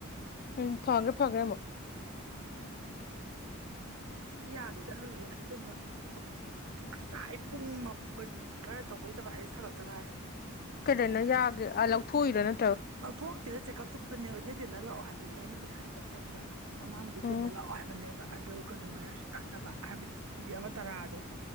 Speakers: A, on the left; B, on the right.
A: ꯎꯝ ꯐꯈ꯭ꯔꯦ ꯐꯥꯈ꯭ꯔꯦꯃ
B: ꯑꯩ ꯌꯥꯒꯤ ꯆꯠꯂꯨꯌꯦ ꯑꯁ ꯄꯃꯛ ꯉꯁꯥꯏ ꯑꯩ ꯄꯨꯡ ꯃꯥꯄꯟ ꯀꯔ ꯇꯧꯕꯩꯇꯕ ꯍꯥꯏꯁꯦ ꯊꯜꯂꯛꯇ ꯉꯥꯏ
A: ꯀꯗꯅ ꯌꯥꯒꯦ ꯑ ꯂꯧꯊꯣꯛꯏꯔꯅ
B: ꯊ ꯊꯣꯛꯣꯛꯇꯦꯔꯦ ꯆꯦꯀꯑꯞ ꯆꯠꯄꯅꯦꯕ ꯗꯦ ꯇꯦꯟꯗ ꯂꯥꯛꯑꯣ ꯍꯥꯏꯕꯅꯦꯕ ꯑꯩꯅ ꯄꯩꯁꯥ ꯂꯩꯇꯕ ꯆꯠꯇ꯭ꯔꯕ ꯃꯃꯥꯡꯗꯦ
A: ꯎꯝ
B: ꯇꯦꯟꯗ ꯂꯥꯛꯑꯣ ꯍꯥꯏꯕꯅꯦꯕ ꯑꯗꯨ ꯀꯩꯅꯣꯋ ꯇꯠꯂꯕ ꯍꯥꯏꯕꯗꯤꯗꯤ ꯑꯃ ꯇꯔꯥꯗꯣ